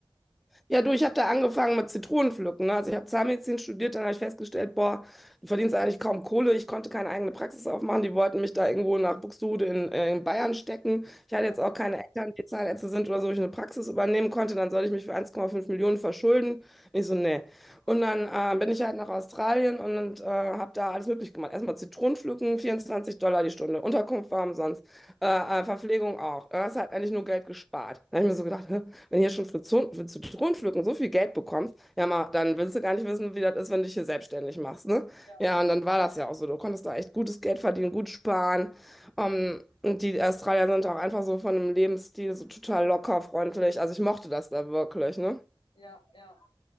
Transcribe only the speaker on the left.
Ja,
ja.
ja.
Ja, ja.